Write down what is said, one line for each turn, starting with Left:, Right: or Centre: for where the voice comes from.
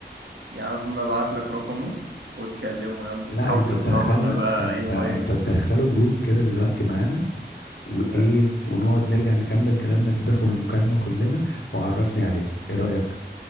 Right: يا عم ابعت لك رقمه وتكلمه يلا
Left: لا
Right: تحاول
Left: انت
Right: تقنعه
Left: تدخلنا
Right: انه بقى
Left: انت
Right: يغير
Left: انت تدخله جروب كده دلوقتي معانا وايه
Right: حلو
Left: ونقعد نرجع نكمل كلامنا كده في المكالمة كلنا وعرفني عليه ايه رأيك